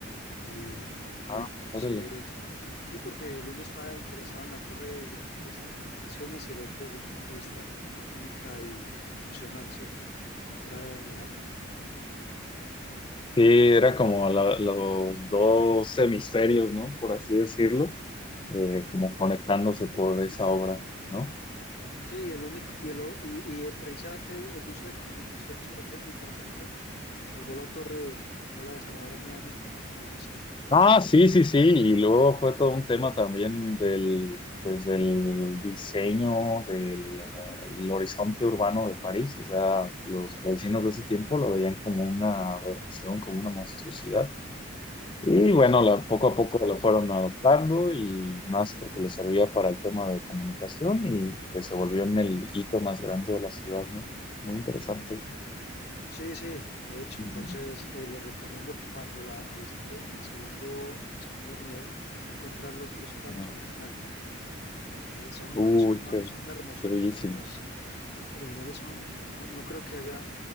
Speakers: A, on the left; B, on the left.
A: Y, y
B: Ah,
A: entonces,
B: órale.
A: sí, porque el uno está interesado en la torre desde el punto de vista de comunicaciones y el otro desde el punto de vista arquitectónica y, y funcional, ¿cierto? Como obra de arte.
B: Sí, era como la- los dos hemisferios, ¿no? Por así decirlo, eh, como conectándose por esa obra, ¿no?
A: Sí, y el único, y, el, o- y, y precisamente el uso de comunicaciones, sobre todo militar, fue el que salvó la torre de que no la desarmaran nuevamente, <laughs> algo así.
B: Ah, sí, sí, sí. Y luego fue todo un tema también del, pues, del diseño del el horizonte urbano de París. O sea, los parisinos de ese tiempo lo veían como una aberración, como una monstruosidad. Y bueno,
A: Sí,
B: la- poco a poco lo fueron adoptando y más porque les servía para el tema de comunicación y pues se volvió en el hito más grande de la ciudad, ¿no? Muy interesante eso.
A: Sí, sí, de hecho,
B: Ujú.
A: entonces eh, le recomiendo que cuando la, la visite en el segundo, en el segundo nivel va a encontrar los, los planos
B: Ajá.
A: originales. Eh, son una,
B: Uy,
A: son una,
B: qué,
A: son una hermosura.
B: qué bellísimo.
A: Esos planos, esos planos originales son, no, no creo que haya,